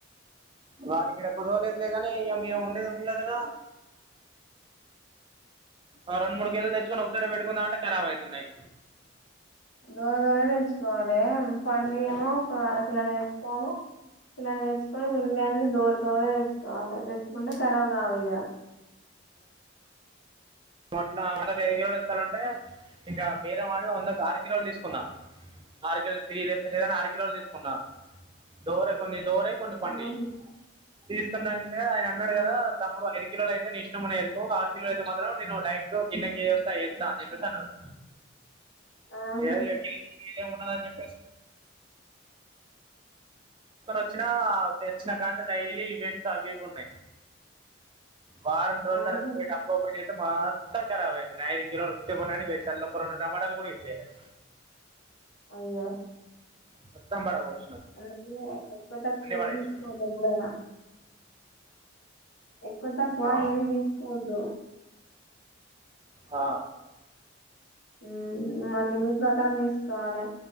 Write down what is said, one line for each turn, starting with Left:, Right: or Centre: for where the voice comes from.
Right: వాటికి ఇడ కుదరలేదు లే కాని ఇగా మేము ఉండేకదా ఊరులో కదా ఆ రెండు మూడు కేజీలు తెచ్చుకుని ఒకసారె పెటుకుందాంమంటే కారబ్ అయితున్నాయి
Left: దొర దొరవి తెచ్చుకోవాలే పండు ఏమో ఒక అర కిలో తెచ్చుకోవాలే కిలాల తెచ్చుకొని ఇగాన్ని దొర దొర తెచ్చుకోవాలే తెచ్చుకుంటే కరాబ్ కవ్ఇగ
Right: అట్లా వందకి ఐదు కిలోలు ఇస్తానంటే ఇంకా బెరం ఆడి వందకి ఆరు కిలోలు తీసుకున్నా ఆర కలో చేయి లేప్తాలేదన్ ఆరూ కిలోల్ తీసుకున్నా దోర కొన్ని దోరై కొన్ని పండియ్
Left: ఉహు
Right: తీస్కున్న అంటే ఆయన అన్నాడ్
Left: ఉమ్
Right: గదా తమ్ముడ్ ఐదు కిలోలు అయ్ గ ని ఇష్టంమున్నయ్ ఎరుకో ఆరు కిలో ఐతే మాత్రం నేను ఒ నైట్ గిన్నకి వస్తా ఎస్తా అని చెప్పేసి అన్నాడ్
Left: ఆహా
Right: ఏ ఎ మీదేమ్ ఉన్నదన్ చెప్పేస్ తీస్కొనోచ్చినా తెచ్చినా కాడ్నుండి డైలీ ఈవెంట్స్ అవి ఇవి ఉన్నాయ్ వారం రోజుల్
Left: ఆహా
Right: తర్వత ఇప్పుడె డబ్బా ఒపేన్ చేస్తే మొత్తం కరాబైపోయ్నయ్ ఐదు కిలోలు కొన్ననికి పెట్న అల్ల ఒక్క రొండు టమాటాల్ కూడ్ వేస్ట్ అయినాయి
Left: అయ్యో
Right: మోత్తాంబడవోయ్
Left: అదే ఎక్వ తక్వ ఎం
Right: పడేసినాం
Left: తీస్కోకన్ మనద్ ఎక్వ తక్వ
Right: ఆ,
Left: ఏది తీస్కోద్దు
Right: ఆ
Left: ఉమ్ మన లిమిట్స్ పక్కన తీస్కోవలే